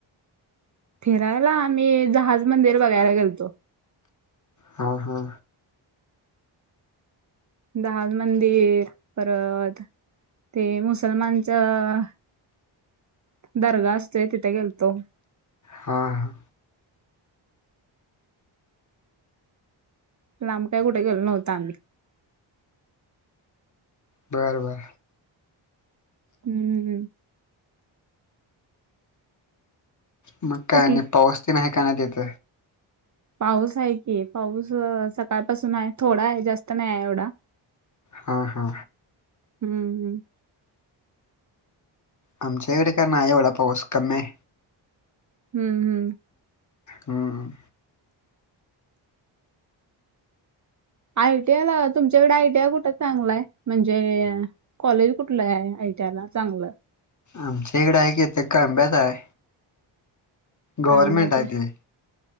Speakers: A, on the right; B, on the left.
A: फिरायला आम्ही जहाज मंदिर बघायला गेलतो.
B: हा हा
A: जहाज मंदिर परत ते मुसलमानचं दर्गा असतोय तिथे गेलतो.
B: हा हां
A: लांब काय कुठे गेलो नव्हत आम्ही,
B: बर बर
A: हम्म
B: मग काय
A: कुठली
B: आणि पाऊस तेन आहे का नाही तिथ
A: पाऊस आहे की पाऊस सकाळपासून आहे थोडा आहे, जास्त नाही एवढा.
B: हा हा
A: हम्म हम्म
B: आमचे इकडे काय नाही एवढा पाऊस कमी हाय.
A: हम्म हम्म
B: हम्म
A: आयटीआय ला तुमच्याकडे आयटीआय कुठं चांगलंय? म्हणजे कॉलेज कुठलं आहे, आ यटीयाला चांगलं
B: आमच्या इकडं आय की, ते कळंब्यात हाय.
A: कांब्यात
B: गवर्नमेंट हाय ते.